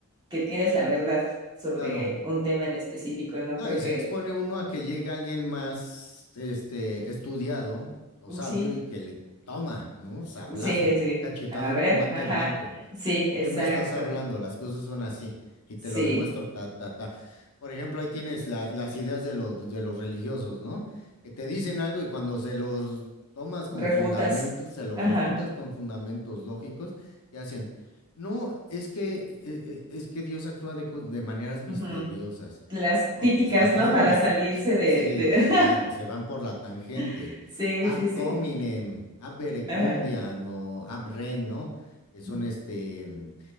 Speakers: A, on the right; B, on the left.
A: que tienes la verdad sobre
B: Claro.
A: un tema en específico, ¿no?
B: No,
A: Creo
B: y se
A: que
B: expone uno a que llegue alguien más, este, estudiado o
A: mm,
B: sabio
A: sí.
B: y que le toma, ¿no? Sablazo,
A: Sí, sí.
B: cachetadón
A: A ver,
B: con guante
A: ajá.
B: blanco.
A: Sí,
B: ¿De
A: exacto.
B: qué me estás hablando? Las cosas son así y
A: Sí.
B: te lo demuestro, ta, ta, ta. Por ejemplo, ahí tienes la- las ideas de los, de los religiosos, ¿no? Que te dicen algo y cuando se los tomas con
A: Refutas.
B: fundamentos, se los
A: Ajá.
B: refutas con fundamentos lógicos, ¿qué hacen? No, es que, eh, eh, es que Dios actúa de co- de maneras misteriosas.
A: ujú. Las
B: No,
A: típicas,
B: misteriosos
A: ¿no? Para
B: mis...
A: salirse de,
B: Sí,
A: de...
B: claro, se van por la tangente.
A: <laughs> Sí,
B: Ab
A: sí, sí.
B: hominem, ab verecundiam
A: Ajá.
B: o ab rem, ¿no? Que son
A: ujú.
B: este mm,